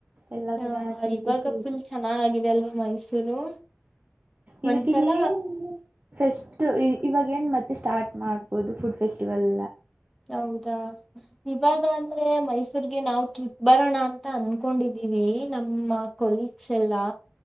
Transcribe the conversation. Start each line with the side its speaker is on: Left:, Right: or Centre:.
Right: ಎಲ್ಲಾ
Centre: ಹ
Right: ತರ ಆಕ್ಟಿವಿಟೀಸು
Centre: ಇವಾಗ ಫುಲ್
Right: ಇದೆ
Centre: ಚೆನ್ನಾಗಾಗಿದೆ ಅಲ್ವಾ ಮೈಸೂರು
Right: ಇವಗ್
Centre: ಒಂದ್ಸಲ
Right: ಇನ್ನೆನ್ ಫೆಸ್ಟ್ ಇವಾಗೆನ್ ಮತ್ತೆ ಸ್ಟಾರ್ಟ್ ಮಾಡ್ಬೋದು ಫುಡ್ ಫೆಸ್ಟಿವಲ್
Centre: ಹೌದಾ ಇವಾಗ ಅಂದ್ರೆ ಮೈಸೂರ್ಗೆ ನಾವ್ ಟ್ರಿಪ್ ಬರೋಣ ಅಂತ ಅನ್ಕೊಂಡಿದೀವಿ ನಮ್ಮ ಕೊಲೀಗ್ಸ್ ಎಲ್ಲಾ